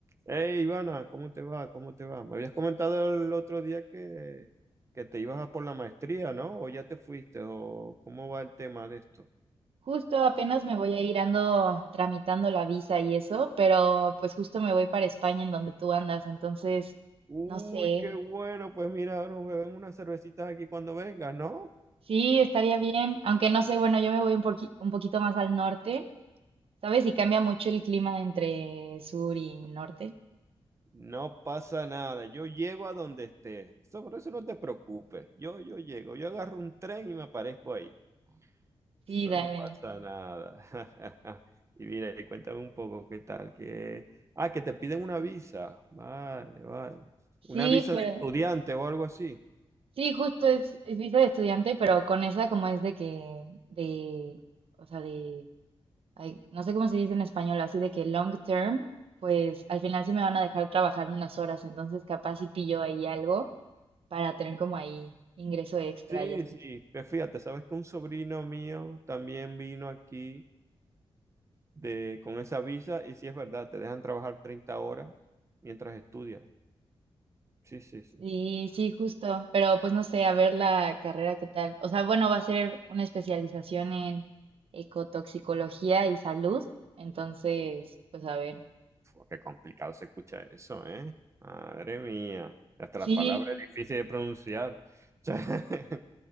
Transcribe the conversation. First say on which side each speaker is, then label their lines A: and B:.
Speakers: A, on the right; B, on the right.
A: Hey, Ivana, ¿cómo te va? ¿Cómo te va? Me habías comentado el otro día que, que te ibas a por la maestría, ¿no? ¿O ya te fuiste? ¿O cómo va el tema de esto?
B: Justo apenas me voy a ir, ando tramitando la visa y eso, pero pues justo me voy para España en donde tú andas, entonces
A: Uy,
B: no sé.
A: qué bueno. Pues mira, nos bebemos unas cervecitas aquí cuando vengas, ¿no?
B: Sí, estaría bien, aunque no sé, bueno, yo me voy un poqui- un poquito más al norte, ¿sabes? Y cambia mucho el clima entre sur y norte.
A: No pasa nada. Yo llego a donde estés. Sobre eso no te preocupes. Yo, yo llego. Yo agarro un tren y me aparezco ahí.
B: Sí,
A: Eso
B: dale.
A: no pasa nada. <laughs> Y mira, y cuéntame un poco qué tal, que... Ah, que te piden una visa. Vale, vale. Una
B: Sí,
A: visa
B: pero
A: de estudiante o algo así.
B: sí, justo es, es visa de estudiante, pero con esa como es de que, de, o sea, de ay, no sé cómo se dice en español, así de que long term, pues al final sí me van a dejar trabajar unas horas, entonces capaz si pillo ahí algo para tener como ahí ingreso extra
A: Sí,
B: y así.
A: sí. Pues fíjate, sabes que un sobrino mío también vino aquí de... con esa visa y sí es verdad, te dejan trabajar 30 horas mientras estudias. Sí, sí, sí.
B: Sí, sí, justo, pero pues no sé, a ver la carrera qué tal. O sea, bueno, va a ser una especialización en ecotoxicología y salud, entonces, pues a ver.
A: Fua, qué complicado se escucha eso, ¿eh? Madre mía. Hasta la
B: Sí,
A: palabra es difícil de pronunciar. <laughs>